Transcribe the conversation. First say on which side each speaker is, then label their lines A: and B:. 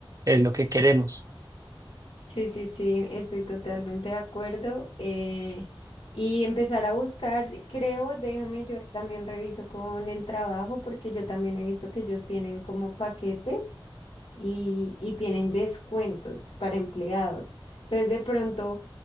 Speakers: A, on the right; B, on the left.
A: es lo que queremos.
B: Sí, sí, sí, estoy totalmente de acuerdo. eh, y empezar a buscar, creo, déjame, yo también reviso con el trabajo porque yo también he visto que ellos tienen como paquetes y, y tienen descuentos para empleados. Entonces, de pronto...